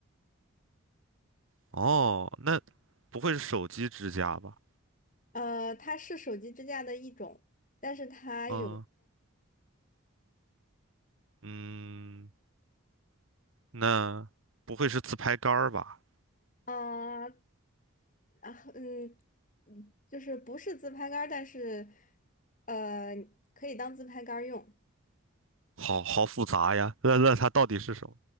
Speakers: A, on the right; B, on the left.
A: 哦，那不会是手机支架吧？
B: 呃，它是手机支架的一种，但是它有
A: 嗯嗯，那不会是自拍杆儿吧？
B: 啊啊嗯嗯，就是不是自拍杆儿但是呃可以当自拍杆儿用
A: 好好复杂呀，那那它到底是什么？